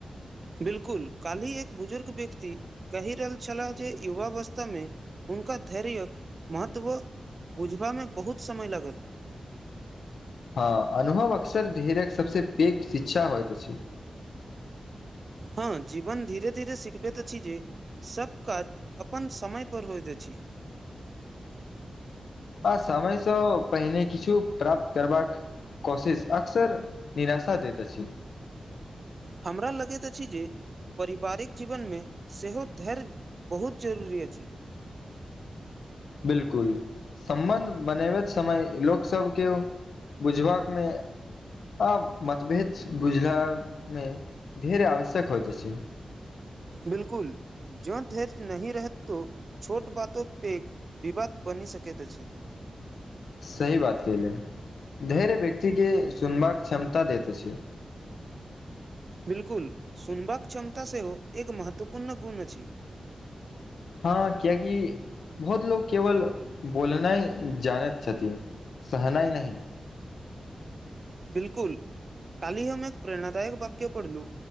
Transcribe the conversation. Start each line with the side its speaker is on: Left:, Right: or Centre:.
Right: बिल्कुल काल्हि एक बुजुर्ग व्यक्ति कहि रहल छलाह जे युवा अवस्थामे हुनका धैर्यक महत्व बुझबामे बहुत समय लागल
Left: हँ अनुभव अक्सर धैर्य सबसे पैघ शिक्षा होइत अछि
Right: हँ जीवन धीरे धीरे सिखबैत छी जे सब काज अपन समय पर होयइत अछि <unintelligible>
Left: आ समयसँ पहिने किछु प्राप्त करबाक कोशिश अक्सर निराशा देैत अछि
Right: हमरा लगैत अछि जे परिवारिक जीवनमे सेहो धैर्य बहुत जरूरी अछि <inaudible>
Left: बिलकुल सम्बन्ध बनेबैत समय लोक सब केओ बुझबाक मे आ मतभेद बुझला मे धैर्य आवश्यक होइत अछि
Right: बिलकुल ज्यो धैर्य नह रहत तो छोट बातो पेक विवाद बनी सकैत अछि <inaudible>
Left: सही बात कले धैर्य व्यक्तिके सुनबाक क्षमता दैत अछि
Right: <inaudible> बिल्कुल सुनबाक क्षमता सेहो एक महत्वपूर्ण गुण अछि
Left: हँ कियाकि बहुत लोक केवल बोलनाइ जानैत छथि सहनैह नहि
Right: बिलकुल काल्ही हम एक प्रेरणादायक वक्य पढ़लू